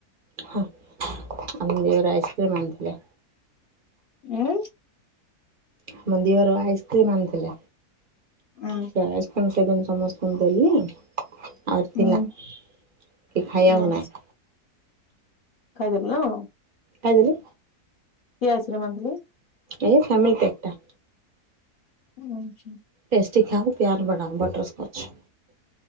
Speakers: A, on the right; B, on the left.
A: ହଁ, ଆମେ ଯୋଉରା ଆଇସ୍କ୍ରିମ୍ ଆଣିଥିଲେ।
B: ଉଁ?
A: ଆମ ଦିଅର ଆଇସ୍କ୍ରିମ ଆଣିଥିଲେ,
B: ଉଁ
A: ସେ ଆଇସ୍କ୍ରିମ୍ ସେଦିନ ସମସ୍ତେ ପୁଣି ଦେଲି, ଆହୁରି ଥିଲା
B: ଉଁ
A: କି ଖାଇଆକୁ
B: ଉଁ
A: ନାହିଁ।
B: ଖାଇଦେଲୁ ନୁହଁ?
A: ଖାଇଦେଲୁ।
B: କିଏ ଆସିର ମନ୍ଥଲି?
A: ଏଇ ଫ୍ୟାମିଲି ପ୍ୟାକଟା।
B: ଉଁ ହୁଁ।
A: ଟେଷ୍ଟି ଖାଅ ପ୍ୟାର ବଢ଼ାଅ, ବଟରସ୍କଚ।